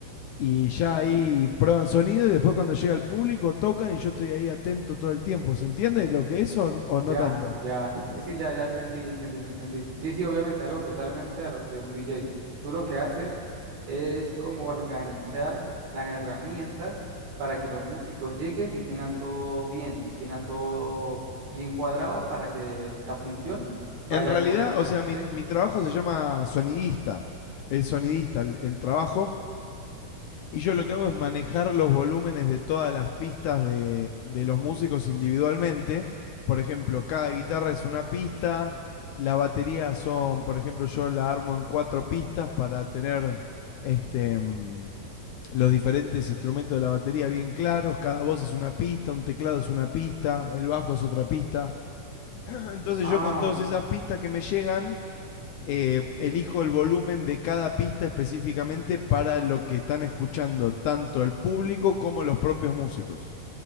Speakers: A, on the left; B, on the right.
A: y ya ahí prueban sonido y después cuando llega el público tocan y yo estoy ahí atento todo el tiempo. ¿Se entiende lo que es o, o
B: Ya,
A: no tanto?
B: ya. Sí, sí, ya, ya entendí, ya entendí, ya entendí. Sí, sí, obviamente, algo totalmente a lo que es un DJ. Tú lo que haces es como organizar las herramientas para que los músicos lleguen y tengan todo bien, tengan todo bien cuadrado para que la función vaya
A: En realidad,
B: correcta,
A: o sea, mi,
B: ¿sí?
A: mi trabajo se llama sonidista. Es sonidista el, el trabajo. Y yo lo que hago es manejar los volúmenes de todas las pistas de, de los músicos individualmente. Por ejemplo, cada guitarra es una pista. La batería son, por ejemplo, yo la armo en cuatro pistas para tener este mm, los diferentes instrumentos de la batería bien claros, cada voz es una pista, un teclado es una pista, el bajo es otra pista. <clears throat> Entonces
B: Ah,
A: yo con todas esas pistas que me llegan, eh, elijo el volumen de cada pista específicamente para lo que están escuchando tanto el público como los propios músicos.